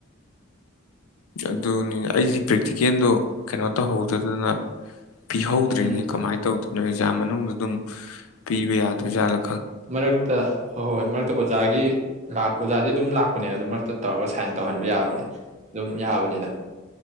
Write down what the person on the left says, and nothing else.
ꯑꯗꯨꯅꯤ ꯑꯩꯗꯤ ꯄ꯭ꯔꯦꯛꯇꯤꯀꯦꯜꯗꯣ ꯀꯩꯅꯣ ꯇꯧꯍꯧꯗꯗꯅ ꯄꯤꯍꯧꯗ꯭ꯔꯔꯤꯅꯦ
ꯀꯃꯥꯏꯅ ꯇꯧꯗꯣꯏꯅꯣ ꯑꯦꯛꯖꯥꯝ ꯃꯅꯨꯡꯗ ꯑꯗꯨꯝ ꯄꯤꯕ ꯌꯥꯗ ꯆꯂ